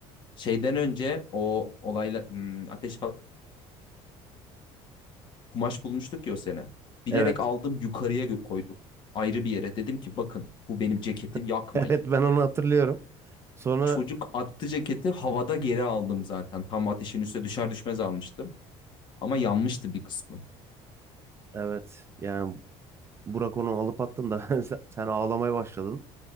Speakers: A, on the left; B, on the right.
A: şeyden önce o olayla hmm, ateş kumaş bulmuştuk ya o sene. Bilerek
B: evet.
A: aldım yukarıya gö- koydum. Ayrı bir yere dedim ki bakın bu benim ceketim yakmayın.
B: <laughs> Evet, ben onu hatırlıyorum. Sonra
A: Çocuk attı ceketi havada geri aldım zaten. Tam ateşin üstüne düşer düşmez almıştım. Ama yanmıştı bir kısmı.
B: evet, yani Burak onu alıp attın da <laughs> sen sen ağlamaya başladın.